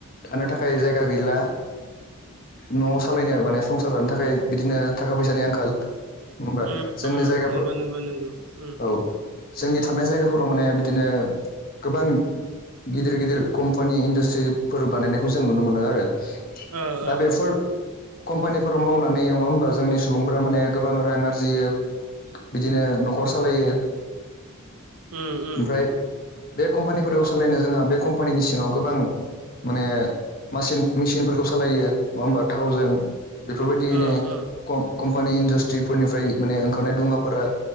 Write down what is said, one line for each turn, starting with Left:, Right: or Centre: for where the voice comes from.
Left: थानो थाखाय जायगा गैला न'आव सालायनो माने संसार जानो थाखाय बिदिनो थाखा फैसानि आंखाल नङाहमबा
Right: उम
Left: जोंनि जायगाफोर
Right: नंगौ नंगौ नंगौ उम
Left: औ जोंनि थानाय जायगाफोराव माने बिदिनो गोबां गिदिर गिदिर कम्पानि इन्डासट्रिफोर बानायनायखौ जों नुनो मोनो आरो
Right: ओ
Left: दा बेफोर
Right: ओ
Left: कम्पानिफोराव मावनानै नङा होमबा जोंनि सुबुंफोरा माने गोबां रां आरजियो बिदिनो न'खर सालायो
Right: उम उम
Left: ओमफ्राय बे कम्पानिफोरखौ सालायनो जोंहा बे कम कम्पानिनि सिङाव गोबां माने मासिन मेसिनफोरखौ सालायो नङा होमबा थावजों बेफोरबायदियैनो
Right: ओ ओ
Left: कम कम्पानि इन्डासट्रिफोरनिफ्राय माने ओंखारनाय दुङाफोरा